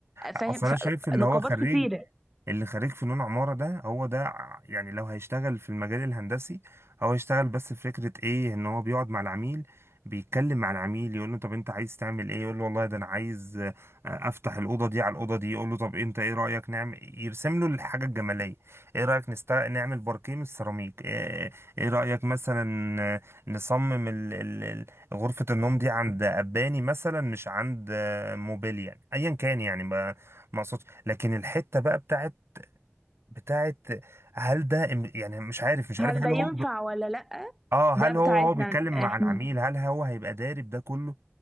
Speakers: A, in the centre; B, on the right.
A: فاهم
B: اصل
A: ف-
B: انا شايف اللي
A: نقابات
B: هو خريج
A: كتيرة
B: اللي خريج فنون عمارة ده هو ده ع- يعني لو هيشتغل في المجال الهندسي هو هيشتغل بس في فكرة ايه ان هو بيقعد مع العميل بيتكلم مع العميل يقول له طب انت عايز تعمل ايه يقول له والله ده انا عايز آه، افتح الاوضه دي على الاوضه دي يقول له طب انت ايه رايك نعمل يرسم له الحاجه الجماليه ايه رايك نست... نعمل باركيه من السيراميك ايه, إيه رايك مثلا آه، نصمم ال... ال... ال- غرفه النوم دي عند اباني مثلا مش عند آه، موبيل يعني ايا كان يعني ما ما اقصدش لكن الحته بقى بتاعت بتاعت هل ده إم- يعني مش عارف مش عارف
A: هل
B: هل
A: ده ينفع
B: هو ب-
A: ولا لأ
B: اه هل
A: ده بتاعتنا
B: هو هو بيتكلم مع
A: احنا
B: العميل هل هو هيبقى داري بده كله